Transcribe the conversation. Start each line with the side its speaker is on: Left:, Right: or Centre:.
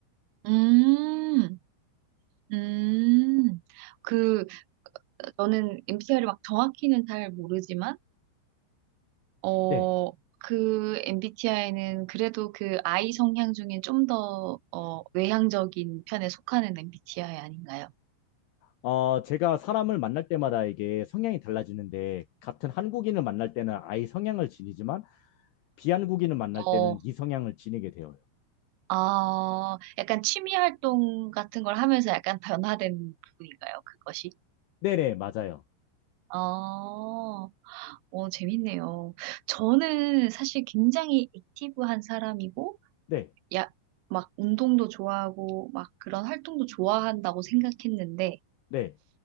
Right: 음, 음, 그 너는 MBTI를 막 정확히는 잘 모르지만, 어,
Left: 네,
Right: 그 MBTI는 그래도 그 I 성향 중에 좀 더, 어, 외향적인 편에 속하는 MBTI 아닌가요?
Left: 어, 제가 사람을 만날 때마다 이게 성향이 달라지는데, 같은 한국인을 만날 때는 아이 성향을 지니지만, 비한국인을 만날
Right: 어,
Left: 때는 이 성향을 지니게 되어요.
Right: 아, 약간 취미 활동 같은 걸 하면서 약간 변화된 부분인가요? 그것이?
Left: 네네, 맞아요.
Right: 어, 어, 재밌네요. 저는 사실 굉장히 액티브한 사람이고,
Left: 네,
Right: 야, 막 운동도 좋아하고, 막 그런 활동도 좋아한다고 생각했는데,
Left: 네.